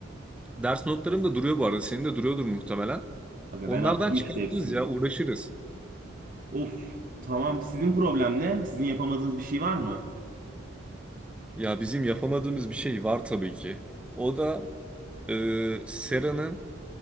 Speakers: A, in the centre; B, on the right.
A: Ders notlarım da duruyor bu arada. Senin de duruyordur muhtemelen.
B: Aga
A: Onlardan
B: ben attım
A: çıkartırız
B: işte hepsini.
A: ya, uğraşırız.
B: Of, tamam. Sizin problem ne? Sizin yapamadığınız bir şey var mı?
A: Ya bizim yapamadığımız bir şey var tabii ki. O da e, Sera'nın